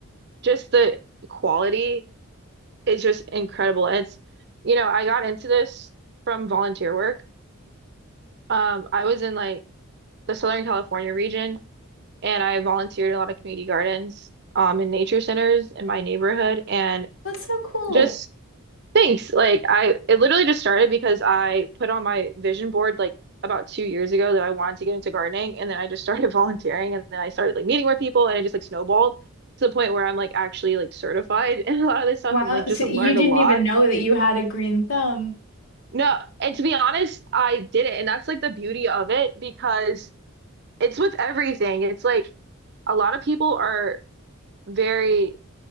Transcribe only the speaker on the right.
just the quality is just incredible. And it's, you know, I got into this from volunteer work. Um, I was in like the Southern California region, and I volunteered in a lot of community gardens, um, and nature centers in my neighborhood, and
just Thanks. Like I it literally just started because I put on my vision board like about two years ago that I wanted to get into gardening and then I just started <laughs> volunteering and then I started like meeting more people and it just like snowballed to the point where I'm like actually like certified <laughs> in a lot of this stuff
and like just
have
learned
a lot.
No, and to be honest, I did it and that's like the beauty of it because it's with everything. It's like a lot of people are very